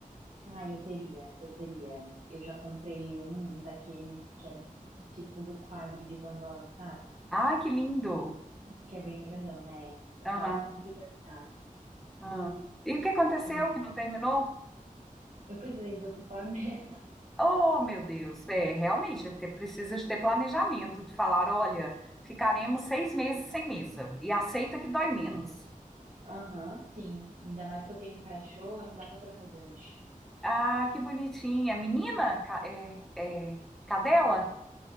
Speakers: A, on the right; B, in the centre.
A: Ah, eu teria, eu teria. Eu já comprei um daqueles que é tipo do quadro de Van Gogh, sabe?
B: Ai, que lindo!
A: Que é bem grandão, né? Eu
B: Aham.
A: quase consegui terminar.
B: aham. E o que aconteceu
A: Mas Eu
B: que não terminou?
A: eu precisei desocupar a mesa.
B: Oh, meu Deus, é, realmente te- precisa de ter planejamento, de falar, olha, ficaremos seis meses sem mesa e aceita que dói
A: <laughs>
B: menos.
A: Sim. Aham, sim. Ainda mais que eu tenho um cachorro, não dava pra fazer no chão.
B: Ah, que bonitinha. Menina? Ca- É, é, cadela?